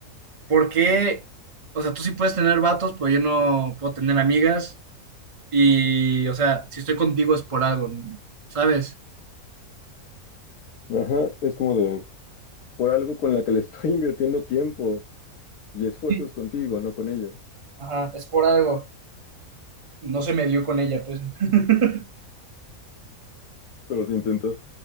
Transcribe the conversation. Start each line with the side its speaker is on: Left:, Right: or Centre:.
Right: ¿por qué? O sea, tú sí puedes tener vatos, pero yo no puedo tener amigas. Y, o sea, si estoy contigo es por algo, ¿sabes?
Left: Ajá, es como de, por algo con la que le estoy <laughs> invirtiendo tiempo y esfuerzos
Right: Sí,
Left: contigo, no con ella.
Right: Ajá, es por algo. no se me dio con ella, pues. <laughs>
Left: Pero se intentó.